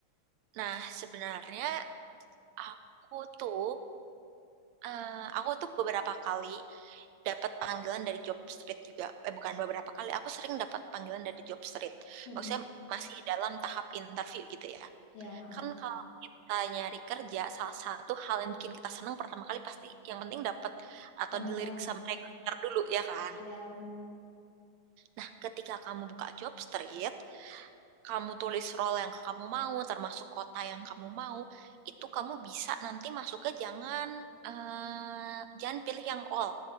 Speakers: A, on the right; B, on the left.
A: nah sebenarnya aku tuh eh, aku tuh beberapa kali dapat panggilan dari job street juga. Eh bukan beberapa kali, aku sering dapat panggilan dari job street.
B: mm-mm.
A: Maksudnya masih dalam tahap interview gitu ya.
B: ya ha-ha.
A: Kan kalau kita nyari kerja, salah satu hal yang bikin kita senang pertama kali pasti yang penting dapat atau
B: panggilan
A: dilirik sama recruiter dulu ya kan.
B: ya benar
A: Nah, ketika kamu buka job street, kamu tulis role yang kamu mau, termasuk kota yang kamu mau, itu kamu bisa nanti masuknya jangan eh, jangan pilih yang all,